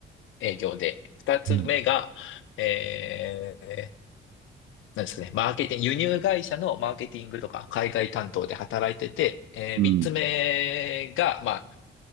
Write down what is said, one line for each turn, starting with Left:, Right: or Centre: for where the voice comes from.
Left: 営業で、2つ目が、
Right: うん。
Left: えーなんですかね、マーケティング、輸入会社のマーケティングとか海外担当で働いてて、え3つ目が、
Right: うん。
Left: ま